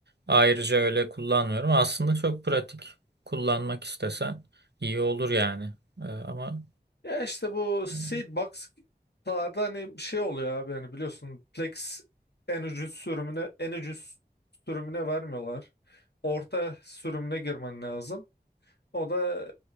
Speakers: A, on the right; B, on the left.
A: Ayrıca öyle kullanmıyorum. Aslında çok pratik. Kullanmak istesen iyi olur yani. Ee, ama
B: Ya işte bu seed
A: e,
B: box'larda hani bir şey oluyor abi hani biliyorsun Plex en ucuz sürümüne en ucuz sürümüne vermiyorlar. Orta sürümüne girmen lazım. O da